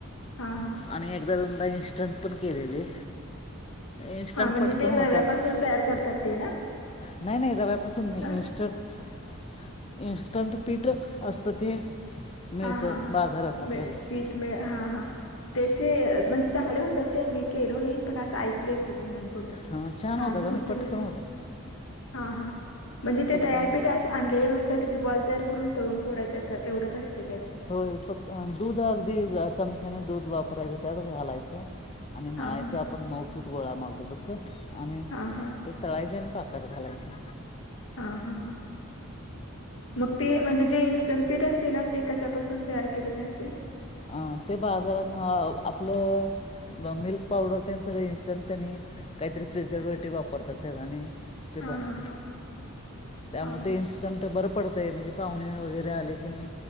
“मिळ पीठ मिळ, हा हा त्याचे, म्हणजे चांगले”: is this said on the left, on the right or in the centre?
Left